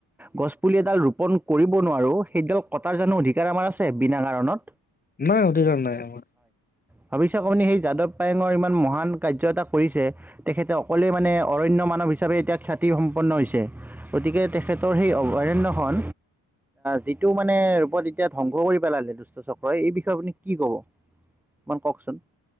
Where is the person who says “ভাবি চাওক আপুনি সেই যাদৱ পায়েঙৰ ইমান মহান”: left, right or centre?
Centre